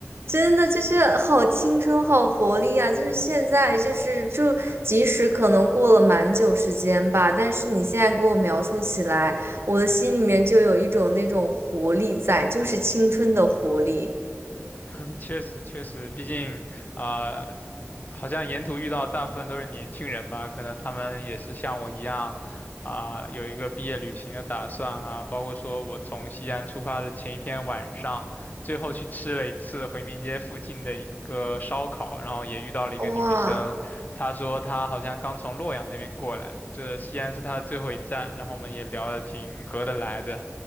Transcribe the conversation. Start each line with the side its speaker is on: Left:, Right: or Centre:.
Right: 真的就是好青春，好活力啊！就是现在，就是就即使可能过了蛮久时间吧，但是你现在给我描述起来，我的心里面就有一种那种活力在，就是青春的活力。
Left: <laughs> 确实确实，毕竟啊、呃好像沿途遇到大部分都是年轻人吧，可能他们也是像我一样啊、有一个毕业旅行的打算啊，包括说我从西安出发的前一天晚上，最后去吃了一次回民街附近的一个烧烤，然后也遇到了一个女生，
Right: 哇。
Left: 她说她好像刚从洛阳那边过来，这西安是她的最后一站，然后我们也聊得挺合得来的，